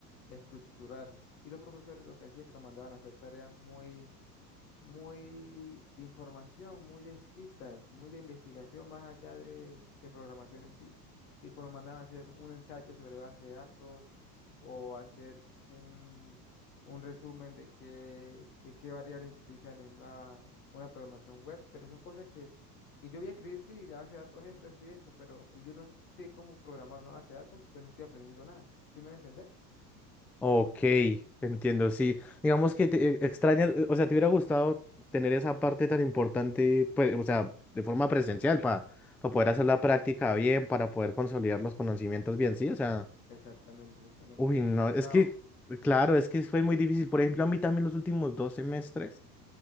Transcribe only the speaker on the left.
estructurar. Y los profesores lo que hacían es que nos mandaban a hacer tareas muy muy de información, muy de escritas, muy de investigación más allá de, de programación en sí. Tipo, nos mandan a hacer un ensayo sobre base de datos o hacer un, un resumen de qué, de qué variables utilizan en una, una programación web, pero son cosas que, que yo voy a escribir, sí, la base de datos es esto, esto y esto, pero si yo no sé cómo programar una base de datos, pues no estoy aprendiendo nada. ¿Sí me va a entender?
Exactamente, exactamente.
Me
ha encantado.